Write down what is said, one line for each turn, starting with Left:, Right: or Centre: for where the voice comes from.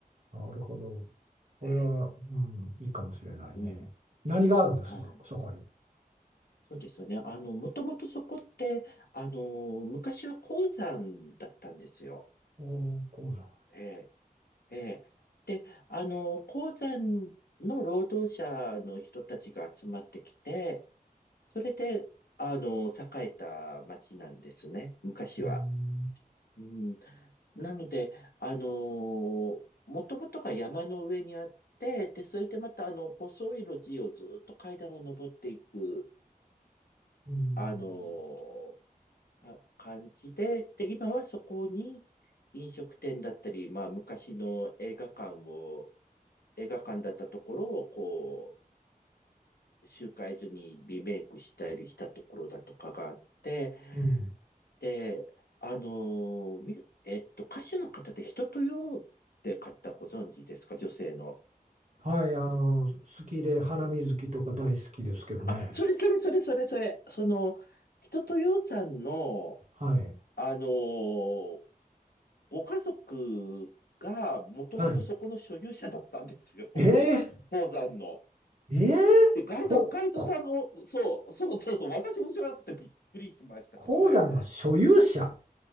Right: あ、なるほど。これは、
Left: ええ、
Right: うん、いいかもしれないね。
Left: うん。
Right: 何があるんですそ、
Left: はい
Right: そこに。
Left: そうですね。あの、もともとそこって、あの、昔は鉱山だったんですよ。
Right: おー、鉱山。
Left: ええ、ええ。で、あの、鉱山の労働者の人たちが集まってきて、それで、あの、栄えた町なんですね。昔は。
Right: うん、
Left: うん、なので、あの、もともとが山の上にあって、で、それでまた、あの、細い路地をずっと階段を登っていく、
Right: うん、
Left: あの、あ、感じで、で、今はそこに飲食店だったり、まあ昔の映画館を、映画館だったところをこう、集会所にリメイクしたりしたところだとかがあって、
Right: うん。
Left: で、あのーみ、えっと、歌手の方で人とよって方ご存知ですか女性の。
Right: はい、あの、好きで、花水木とか大好きですけどね。
Left: あ、それそれそれそれそれ。その、人とよさんの、
Right: はい。
Left: あのーご家族がもともとそこの所有者だったんですよ。
Right: はい。
Left: <laughs>
Right: ええ
Left: 鉱山の。
Right: ええ
Left: で、ガイド、
Right: こ、
Left: ガイドさんを、
Right: こ、
Left: そう、そうそうそう、私も知らなくてびっくりしましたけどね。
Right: 鉱山の所有者